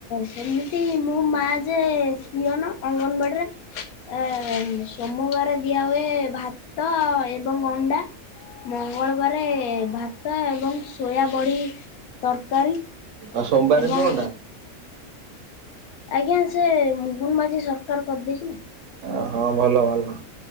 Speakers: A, on the left; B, on the right.
A: ସେମିତି ମୋ ମା ଯେ ପିଅନ। ଅଙ୍ଗନବାଡ଼ିରେ ସୋମବାର ଦିଆ ହୁଏ ଭାତ ଏବଂ ଅଣ୍ଡା ମଙ୍ଗଳ ବାରେ ଭାତ ଏବଂ ସୋୟା ବଡି ତରକାରୀ।
B: ଆଉ ସୋମବାରରେ
A: ଏବଂ
B: ବି ଅଣ୍ଡା।
A: ଆଜ୍ଞା ସେ ମୋହନ ମାଝି ସରକାର କରିଦେଇଛି ନା।
B: ଓ ହଁ ଭଲ ଭଲ